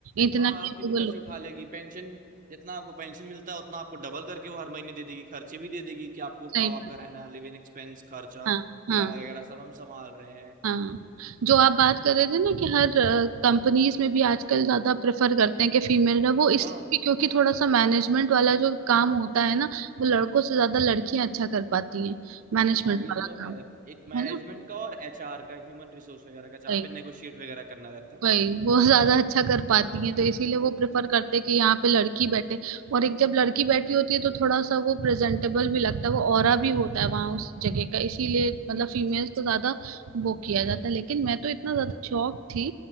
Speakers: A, on the right (about 70°); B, on the right (about 40°).
A: इतना
B: हाँ
A: कैपेबल
B: आपके भी खर्चे
A: हो।
B: उठा लेगी पेंशन जितना आपको पेंशन मिलता है उतना आपको डबल करके वो हर महीने दे देगी खर्चे भी दे देगी कि आपको उठाओ
A: सही बात
B: आपका रहना लिविंग एक्सपेंस खर्चा
A: हाँ हाँ
B: किराया वगैरह सब हम संभाल रहे हैं
A: हाँ जो आप बात कर रहे थे ना कि हर कंपनीज में भी आजकल ज्यादा प्रेफर करते हैं कि फीमेल है वो इसलिए
B: हाँ
A: भी क्योंकि थोड़ा सा मैनेजमेंट वाला जो काम होता है ना वो लड़कों से ज्यादा लड़कियां अच्छा कर पाती हैं मैनेजमेंट
B: हाँ ये
A: वाला
B: तो
A: काम
B: है एक मैनेजमेंट
A: है
B: का और एचआर का ह्यूमन रिसोर्स वगैरह का जहाँ
A: ना
B: पे नेगोशिएट वगैरह करना रहता
A: वही
B: है
A: वो <laughs> ज्यादा अच्छा कर पाती हैं तो इसीलिए वो प्रेफर करते हैं कि यहाँ पे लड़की बैठे और एक जब लड़की बैठी होती है तो थोड़ा सा वो प्रेजेंटेबल भी लगता है वो ऑरा भी होता है वहां उस जगह का इसीलिए मतलब फीमेल्स को ज्यादा वो किया जाता है लेकिन मैं तो इतना ज्यादा
B: हाँ
A: शौक थी